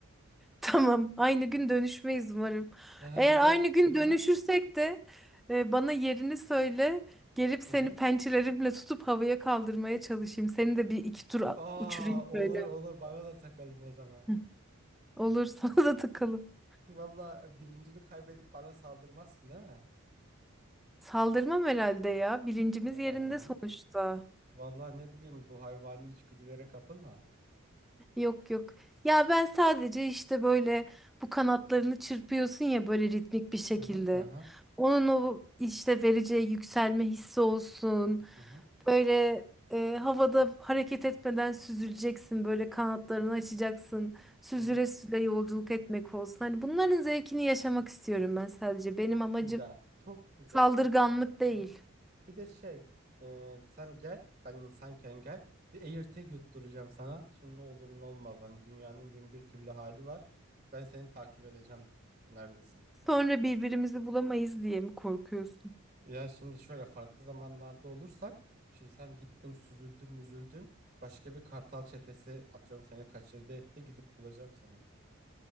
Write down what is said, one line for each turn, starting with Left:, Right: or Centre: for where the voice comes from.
Centre: Tamam, aynı gün dönüşmeyiz umarım.
Right: Hı
Centre: Eğer
Right: hı, bir de
Centre: aynı gün
Right: hı
Centre: dönüşürsek
Right: hı,
Centre: de e, bana yerini söyle. Gelip seni
Right: hı hı.
Centre: pençelerimle tutup havaya kaldırmaya çalışayım. Seni de bir iki tur a-
Right: Aa
Centre: uçurayım
Right: olur
Centre: şöyle.
Right: olur bana da takalım o zaman.
Centre: Hı. Olur, <laughs> sana da takalım.
Right: <laughs> Valla bilincini kaybedip bana saldırmazsın değil mi?
Centre: Saldırmam herhalde ya. Bilincimiz
Right: Herhalde
Centre: yerinde
Right: mi?
Centre: sonuçta.
Right: Valla ne bileyim bu hayvani içgüdülere kapılma.
Centre: Yok yok. Ya ben sadece işte böyle bu kanatlarını çırpıyorsun ya böyle ritmik bir şekilde.
Right: Hı hı, hı hı,
Centre: Onun o işte vereceği yükselme hissi olsun.
Right: hı hı,
Centre: Böyle e, havada hareket etmeden süzüleceksin. Böyle kanatlarını açacaksın. Süzüle
Right: hı hı.
Centre: süzüle yolculuk etmek olsun. Hani bunların zevkini yaşamak istiyorum ben sadece. Benim
Right: Çok
Centre: amacım
Right: güzel. Çok güzel.
Centre: saldırganlık
Right: Çok güzel.
Centre: değil.
Right: Hı hı. Bir de şey, e, sen gel, ben insanken gel. Bir AirTag yutturacağım sana. Şimdi ne olur ne olmaz. Hani dünyanın bin bir türlü hali var. Ben seni takip edeceğim. Neredesin? Tamam.
Centre: Sonra birbirimizi bulamayız diye mi korkuyorsun?
Right: Ya şimdi şöyle farklı zamanlarda olursak, şimdi sen gittin, süzüldün, müzüldün. Başka bir kartal çetesi atıyorum seni kaçırdı etti. Gidip bulacağım seni.